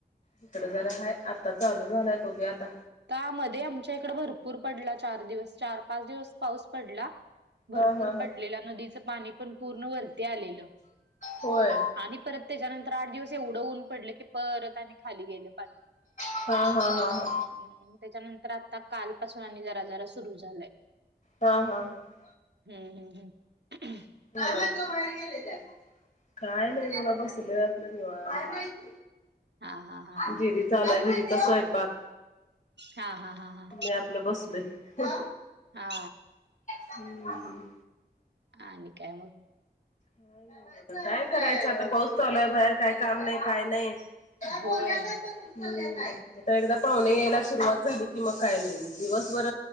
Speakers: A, on the left; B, on the right.
A: इकडं जरा हाय, आता चालू झालंय. बघुया आता.
B: का मध्ये, आमच्या इकड भरपूर पडला, चार दिवस, चार-पाच दिवस पाऊस पडला. भरपूर
A: हा हा हा
B: पडलेलं, नदीचं पाणी पण पूर्ण वरती आलेलं.
A: होय
B: आणि परत, त्याच्यानंतर आठ दिवस एवढं ऊन पडलं की, परत आणि खाली गेलं पाणी.
A: हा, हा, हा, हा!
B: हं, त्याच्यानंतर आता कालपासून आणि जरा-जरा सुरू झालाय.
A: हा, हा, हा!
B: हं, हं, हं.
A: काय माहित, ओ बाहेर गेल्यात त्या, काय नाही, बघा बसलोय आपलं निवांत.
B: हा हा हा हा
A: दिदीचा, <inaudible> दिदीचा स्वयंपाक
B: हा हा हा हा
A: नी, आपलं. आपलं बसलोय
B: हा
A: हं
B: आणि काय मग?
A: काय नाही, बघा काय करायचं, आता पाऊस चालूय बाहेर, काय काम नाही, काय नाही. काही
B: होय.
A: बोलल्या नाहीत, कुठं चालल्या त्या, आता एकदा पाहुणे यायला सुरुवात झाली. की मग काही नाही, मग दिवसभर